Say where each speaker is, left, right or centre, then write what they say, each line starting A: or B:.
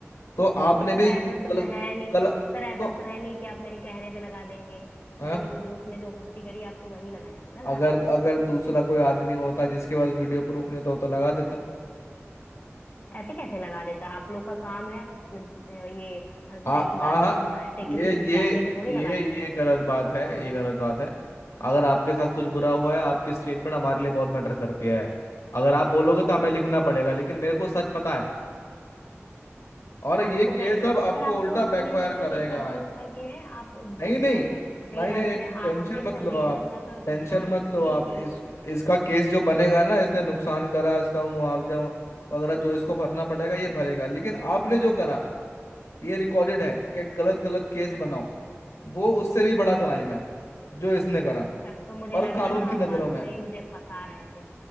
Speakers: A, on the left; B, on the left.
A: तो आपने भी
B: सर ऐसा
A: कल,
B: तो है नहीं
A: कल
B: सर ऐसा
A: तो
B: तो है नहीं कि आप मेरे कहने पे लगा देंगे
A: हाँ
B: जि- जो उसने जो गलती करी आप तो वही लगाएंगे ना
A: अगर
B: धारा उसपे
A: अगर दूसरा कोई आदमी होता जिसके पास वीडियो प्रूफ नहीं होता वो तो लगा देता
B: ऐसे कैसे लगा देता आप लोग का काम है ये तहकीकात
A: आ आ
B: करना है ऐसे
A: ये
B: किसी
A: ये
B: के कहने पे थोड़ी
A: ये
B: लगा देते
A: ये
B: आप
A: गलत
B: धारा
A: बात है ये गलत बात है अगर आपके साथ कुछ बुरा हुआ है आपकी स्टेटमेंट हमारे लिए बहुत मैटर करती है अगर आप बोलोगे तो हमें लिखना पड़ेगा लेकिन मेरे को सच पता है और ये
B: आपको
A: केस
B: क्या
A: अब आपको
B: सर आपको
A: उल्टा
B: अपने
A: बैकफायर
B: बच्चों
A: करेगा
B: पे इतना भरोसा क्यों है आप
A: नहीं
B: दूसरों
A: नहीं
B: पर नहीं
A: नहीं
B: ध्यान
A: नहीं नहीं
B: दे रहे
A: टेंशन
B: आप अपनी
A: मत
B: पोजीशन
A: लो आप
B: का तो
A: टेंशन
B: ध्यान
A: मत
B: रखिए
A: लो आप
B: कि
A: इस इसका केस जो बनेगा ना इसने नुकसान करा इसका मुआवजा वगैरह जो इसको भरना पड़ेगा ये भरेगा लेकिन आपने जो करा ये रिकॉर्डेड है कि गलत गलत केस बनाओ वो उससे भी बड़ा क्राइम है जो इसने करा
B: तब तो मुझे
A: और
B: लग
A: कानून
B: रहा ना
A: की
B: आप
A: नजरों
B: बातों
A: में
B: में ही मुझे फंसा रहे थे